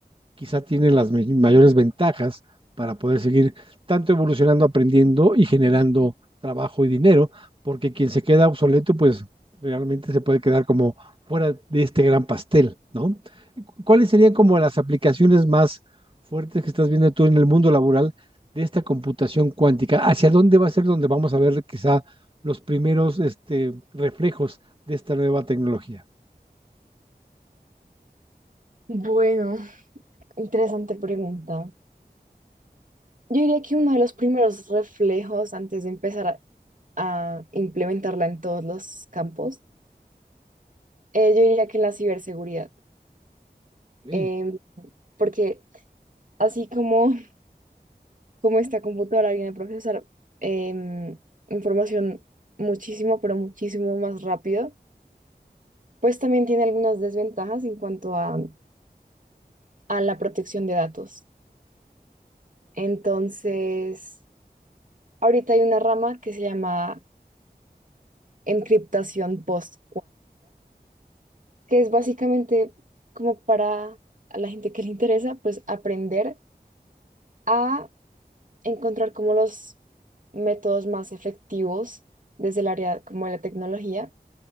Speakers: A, on the right; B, on the right.
A: quizá tiene las me- mayores ventajas para poder seguir tanto evolucionando, aprendiendo y generando trabajo y dinero, porque quien se queda obsoleto, pues realmente se puede quedar como fuera de este gran pastel, ¿no? ¿Cu- ¿Cuáles serían como las aplicaciones más fuertes que estás viendo tú en el mundo laboral de esta computación cuántica? ¿Hacia dónde va a ser donde vamos a ver quizá los primeros este, reflejos de esta nueva tecnología?
B: Bueno, interesante pregunta. Yo diría que uno de los primeros reflejos antes de empezar a, a implementarla en todos los campos, eh, yo diría que en la ciberseguridad,
A: Sí.
B: Em, porque así como, como esta computadora viene a procesar em, información muchísimo, pero muchísimo más rápido, pues también tiene algunas desventajas en cuanto a, a la protección de datos. Entonces, ahorita hay una rama que se llama encriptación post que es básicamente como para a la gente que le interesa, pues aprender a encontrar como los métodos más efectivos desde el área como de la tecnología